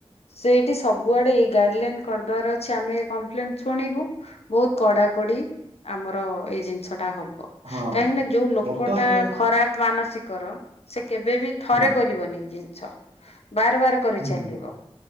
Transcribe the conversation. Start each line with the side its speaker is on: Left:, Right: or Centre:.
Left: ସେଇଠି ସବୁଆଡେ ଏଇ ଗାଇଡ୍ ଲାଇନ୍ କରିଦବାର ଅଛି ଆମେ କମ୍ପ୍ଲେନ୍ ଶୁଣିବୁ ବୋହୁ କଡାକଡି ଆମର ଏଇ ଜିନିଷଟା ହ ବ
Right: ହଁ
Left: କାହିଁକିନା ଯୋଉ ଲୋକଟା
Right: ବର୍ତ୍ତମାନ
Left: ଖରାପ ମାନସିକର ସେ କେବେ ବିି ଥରେ
Right: ହୁଁ
Left: କରିବନି ଏ ଜିନିଷ। ବାରବାର କରିଚାଲିବ
Right: ହୁଁ